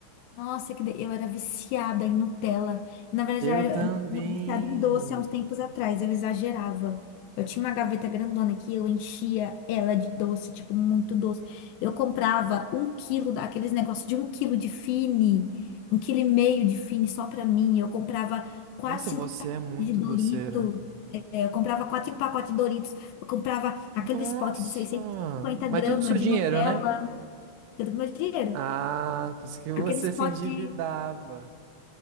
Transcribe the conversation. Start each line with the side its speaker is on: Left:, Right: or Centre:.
Left: Nossa, que de- eu era viciada em Nutella. Na verdade,
Right: Eu
Left: eu era
Right: também.
Left: eu era viciada em doce há uns tempos atrás. Eu exagerava. Eu tinha uma gaveta grandona que eu enchia ela de doce, tipo, muito doce. Eu comprava um quilo daqueles negócios de um quilo de Fini, um quilo e meio de Fini só pra mim. Eu comprava quatro,
Right: Nossa,
Left: cinco
Right: você
Left: pacotes
Right: é muito
Left: de Dorito.
Right: doceira.
Left: Eu comprava quatro pacotes de Doritos. Eu comprava aqueles
Right: Nossa!
Left: potes de 650 gramas
Right: Mas tudo com seu
Left: de
Right: dinheiro,
Left: Nutella.
Right: né?
Left: Tudo com meu dinheiro.
Right: Ah, por isso que você
Left: Aqueles
Right: se
Left: potes
Right: endividava.
Left: de...